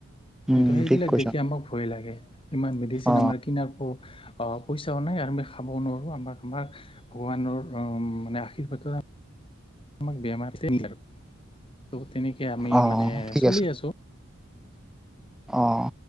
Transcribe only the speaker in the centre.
উম
ঠিক কৈছা
অ
অ
ঠিক
আছে
অ',